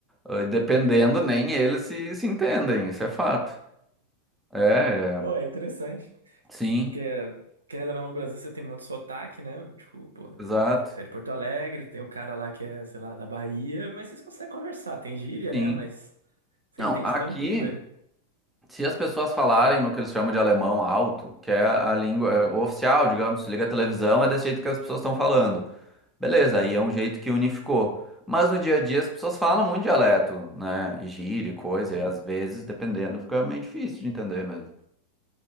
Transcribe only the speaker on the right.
Pô,
é interessante.
Que é, querendo ou não, no Brasil você tem muito sotaque, né? Tipo, pô,
tem- você é de Porto Alegre, tem o cara lá que é, sei lá, da Bahia, mas vocês conseguem conversar, tem gíria, né?
Mas você
entende
tranquilo. é.
Uhum.